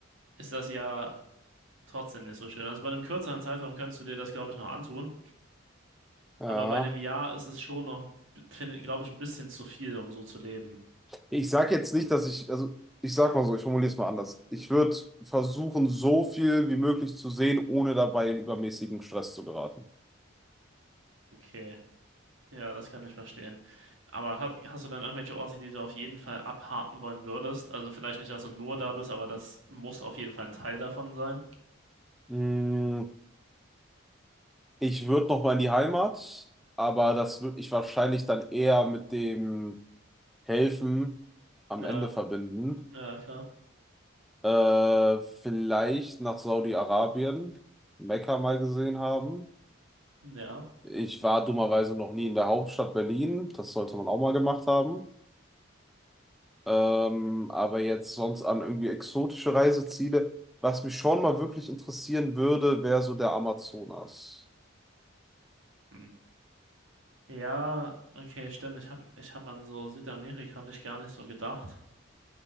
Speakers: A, on the right; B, in the centre.
A: ist das ja trotzdem nicht so schön. Also bei einem kürzeren Zeitraum könntest du dir das, glaube ich, noch antun.
B: Ja.
A: Aber bei einem Jahr ist es schon noch, glaube ich, ein bisschen zu viel, um so zu leben.
B: Ich sag jetzt nicht, dass ich, also ich sag mal so, ich formuliere es mal anders. Ich würde versuchen, so viel wie möglich zu sehen, ohne dabei in übermäßigen Stress zu geraten.
A: Okay, ja, das kann ich verstehen. Aber ha hast du dann irgendwelche Orte, die du auf jeden Fall abhaken wollen würdest? Also vielleicht nicht, dass du nur da bist, aber das muss auf jeden Fall ein Teil davon sein.
B: Mm, Ich würde noch mal in die Heimat, aber das würde ich wahrscheinlich dann eher mit dem Helfen am
A: Ja,
B: Ende verbinden.
A: ja, klar.
B: Äh, vielleicht nach Saudi-Arabien, Mekka mal gesehen haben.
A: Ja.
B: Ich war dummerweise noch nie in der Hauptstadt Berlin. Das sollte man auch mal gemacht haben. Ähm, aber jetzt sonst an irgendwie exotische Reiseziele. Was mich schon mal wirklich interessieren würde, wäre so der Amazonas.
A: Hm. Ja, okay, stimmt. Ich habe ich hab an so Südamerika habe ich gar nicht so gedacht.